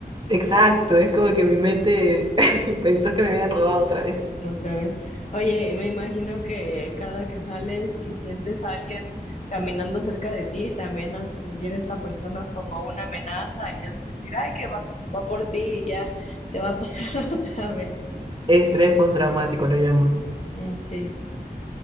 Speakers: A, on the right (about 30°); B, on the left (about 45°).
A: exacto, es como que mi mente <laughs> pensó que me habían robado otra vez.
B: otra vez. Oye, y me imagino que cada que sales y sientes a alguien caminando cerca de ti, también has de sentir a esta persona como una amenaza y has de sentir, ay, que va, va por ti y ya te va a pasar <laughs> otra vez.
A: Estrés postraumático lo llaman.
B: Mm, sí,